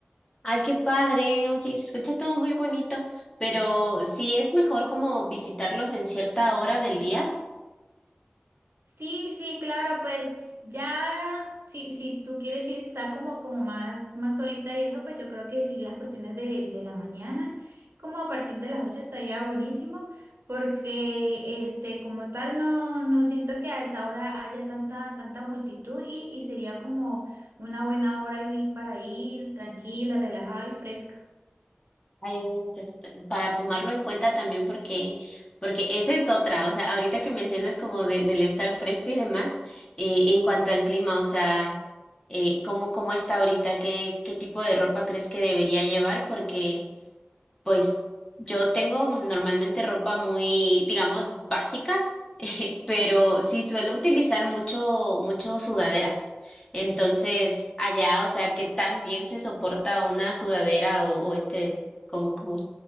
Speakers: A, on the left; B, on the right.
A: Ay, qué padre, oye, se escucha todo muy bonito, pero sí es mejor como visitarlos en cierta hora del día.
B: Sí, sí, claro, pues ya, si, si tú quieres ir a estar como, como más, más solita y eso, pues yo creo que sí, las cuestiones de, de la mañana, como a partir de las 8 estaría buenísimo, porque este, como tal, no, no siento que a esa hora haya tanta, tanta multitud y, y sería como una buena hora y- para ir tranquila, relajada y fresca.
A: Ay, oye, pues, para tomarlo en cuenta también porque, porque esa es otra, o sea, ahorita que mencionas como de, del estar fresco y demás, eh, en cuanto al clima, o sea, eh, ¿cómo, cómo está ahorita? ¿Qué, qué tipo de ropa crees que debería llevar? Porque Pues yo tengo normalmente ropa muy, digamos, básica, <laughs> pero sí suelo utilizar mucho, mucho sudaderas. Entonces, allá, o sea, ¿qué tan bien se soporta una sudadera o, o este, como, como